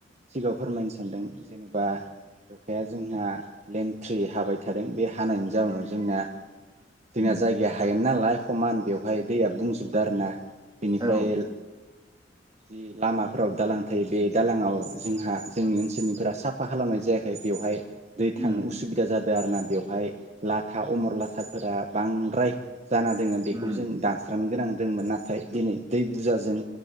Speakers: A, on the right; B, on the right.
A: सिगाङाव फोरमायनो सानदों जेनेबा अखाया जोंना लेन्र्टि हाबाय थादों बे हा हानायनि जाउनाव जोंना जोंना
B: उम
A: जायगाया हायेन नालाय खमान बेवहाय दैया बुंजोबदो आरोना। बिनिफ्राय
B: औ
A: एल जि लामाफोराव दालां थायो बे दालाङाव जोंहा जोंनि ओनसोलनिफोरा साफा खालामनाय जायाखै बेवहाय दै थांनो
B: उम
A: उसुबिदा जाद। दा आरोना बेवहाय। लाथा अमर लाथाफोरा बांद्राय जाना दोङो बेखौ
B: उम
A: जों दानस्रांनो गोनां दोंमोन नाथाय दिनै दै बुरजाजों